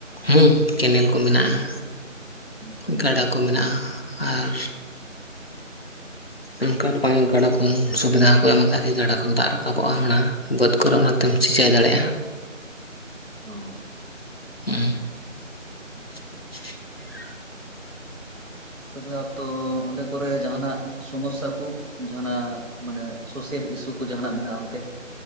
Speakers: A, on the left; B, on the right.
A: ᱦᱩᱸ ᱠᱮᱱᱮᱞ ᱠᱚ ᱢᱮᱱᱟᱜ-ᱟ
B: ᱠᱮᱱᱮᱞ ᱢᱮᱱᱟᱜᱼᱟ
A: ᱜᱟᱰᱟ ᱠᱚ ᱢᱮᱱᱟᱜ-ᱟ ᱟᱨ ᱚᱱᱠᱟ ᱯᱟᱭ ᱜᱟᱰᱟ ᱠᱷᱚᱱ ᱥᱩᱵᱤᱫᱷᱟ ᱦᱚᱸᱠᱚ ᱮᱢ ᱟᱠᱟᱜ ᱜᱮ ᱜᱟᱰᱟ ᱠᱷᱚᱱ ᱫᱟᱜ ᱨᱟᱠᱟᱵᱚᱜ-ᱟ ᱚᱱᱟ ᱵᱟᱹᱫᱽ ᱠᱚᱨᱮ ᱚᱱᱟ ᱛᱮᱢ ᱪᱤᱠᱟᱹ ᱫᱟᱲᱮᱭᱟᱜ-ᱟ
B: ᱚᱸ
A: ᱦᱮᱸ
B: <unintelligible>
A: <unintelligible>
B: ᱛᱚᱵᱮ ᱛᱚ ᱚᱸᱰᱮ ᱠᱚᱨᱮ ᱡᱟᱦᱟᱱᱟᱜ ᱥᱚᱢᱚᱥᱥᱟ ᱠᱚ ᱡᱟᱦᱟᱱᱟᱜ ᱢᱟᱱᱮ ᱥᱳᱥᱟᱞ ᱤᱥᱩ ᱠᱚ ᱡᱟᱦᱟᱱᱟᱜ ᱢᱮᱱᱟᱜ-ᱟ ᱚᱱᱛᱮ